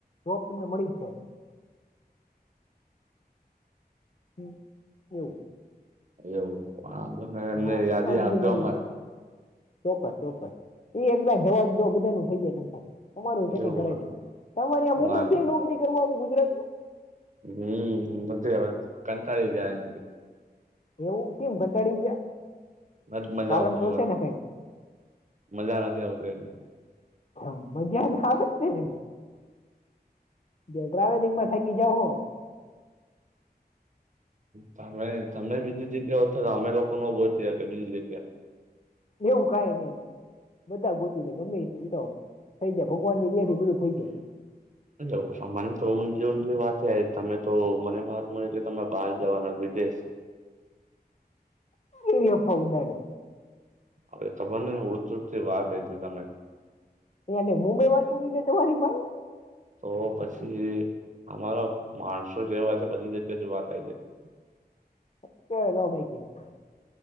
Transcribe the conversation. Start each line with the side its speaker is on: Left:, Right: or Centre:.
Left: જોબ તમને મળી જ છે <unintelligible>
Right: એવું હ એમને
Left: હા
Right: યાદી
Left: શું બીજું
Right: આપજો
Left: નવીન
Right: અમારે
Left: ચોક્કસ ચોક્કસ એકદ જવાદો બધા નું થઈ જાય ત તમારું સેટિંગ
Right: એવું
Left: કરાવી તમારે મુંબઈ
Right: વાંધો
Left: જય નોકરી કરવા આવું ગુજરાત ને
Right: હમ્મ નથી હવે કંટાળી જાય
Left: એવું કેમ કંટાળી ગયા
Right: નથ મજા
Left: કારણ
Right: આવતી
Left: તો
Right: હવે
Left: છે ને
Right: મજા નથી આવતું એને
Left: હ મજા ના આવત <unintelligible> જો ટ્રાવેલિંગ માં થાકી જાવ હો
Right: તમે તમે બીજી જગ્યા હો તો તો અમે લોકો ન ઉભો થ કે બીજી જગ્યા
Left: એવું કઈ ને એમ બધા ગોતી લે ગમે એ તો થઈ જાય ભગવાનની દયા થી બધું થઈ જાય
Right: એવું સામાને તો ઊંધિયું ઊંધિયું વાત તમે તો મને વાત મળી કે તમે બહાર જવાના વિદેશ
Left: એવી અફા ઉદાડે
Right: હવે ખબર નહીં ઊડતી-ઊડતી વાત આવી તમે
Left: એ મુંબઈ વાત પૂકી ગઈ તમારી ભાઈ
Right: તો પછી અમારા માણસો જેવા છે બધી જગ્યાથી વાત આવી જાય
Left: <unintelligible>